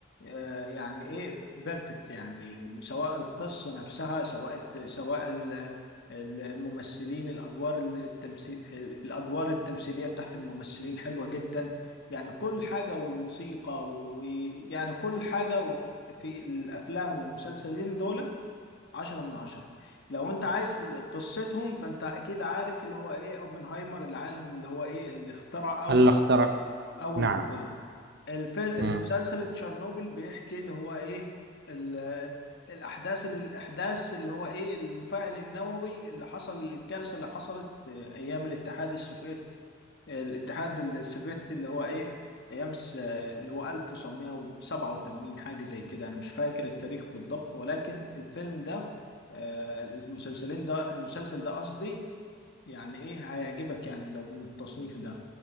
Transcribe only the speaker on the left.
آه، يعني ايه بيرفكت يعني سواء القصه نفسها سواء سواء ال- ال- الممثلين الادوار التمثيل الادوار التمثيليه بتاعت الممثلين حلوه جدا يعني كل حاجه والموسيقى ويعني كل حاجه في الافلام والمسلسلين دول عشرة من عشرة لو انت عايز قصتهم فانت اكيد عارف اللي هو ايه اوبنهايمر العالم اللي هو ايه اللي اخترع اول
اول
قنبلة الفيلم
المسلسل تشيرنوبل بيحكي اللي هو ايه ال- الاحداث الاحداث اللي هو ايه المفاعل النووي اللي حصل الكارثه اللي حصلت آه، ايام الاتحاد السوفيتي الاتحاد السوفيتي اللي هو ايه ايام الس- اللي هو 1987 حاجه زي كده انا مش فاكر التاريخ بالضبط ولكن الفيلم ده آه، المسلسلين ده المسلسل ده قصدي يعني ايه هيعجبك يعني لو من التصنيف ده